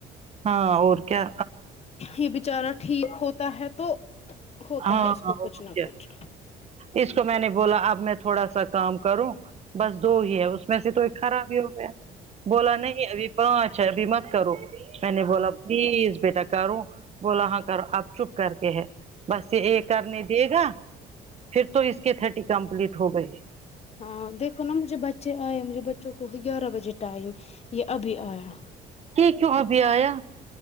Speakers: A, on the right; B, on the left.
A: ہاں اور کیا
B: یہ بیچارہ ٹھیک ہوتا ہے تو ہوتا
A: ہاں
B: ہے اس کو
A: اور
B: کچھ نہ
A: کیا
B: کچھ
A: اس کو میں نے بولا اب میں تھوڑا سا کام کروں بس دو ہی ہے اس میں سے تو ایک خراب ہی ہو گیا بولا نہیں ابھی پانچ ہے ابھی مت کرو میں نے بولا پلیز بیٹا کروں بولا ہاں کرو آپ چپ کر کے ہے بس یہ اے کرنے دے گا پھر تو اس کے تھرٹی کمپلیٹ ہو گئے
B: ہاں دیکھو نا مجھے بچے آئے مجھے بچوں کو گیارہ بجے ٹائم یہ ابھی آیا
A: کی کیوں ابھی آیا